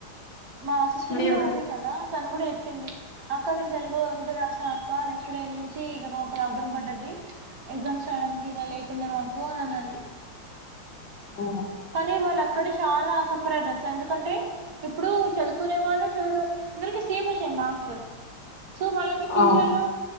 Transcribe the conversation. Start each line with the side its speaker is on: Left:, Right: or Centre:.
Right: మా సిస్టర్
Left: మేము
Right: కూడా అదే కదా తను కూడా చెప్పింది అక్క నేను తెలుగు ఒకటే రాసా అక్క నెక్స్ట్ డే నుంచి ఇక లాక్ డౌన్ పడ్డది ఎగ్జామ్స్ రాయడానికి ఇగ లేకుండే మాకు అని అన్నది
Left: ఆ
Right: కానీ వాళ్ళు అక్కడ చాలా సఫర్ అయ్యిరు తెలుస ఎందుకంటే ఇప్పుడు చదువుకునే వాళ్ళు చదువని వాళ్ళు అందరికి సేమ్ వచ్చాయి మార్క్స్ సో వాళ్ళకి ఫ్యూచర్
Left: ఆ,
Right: లో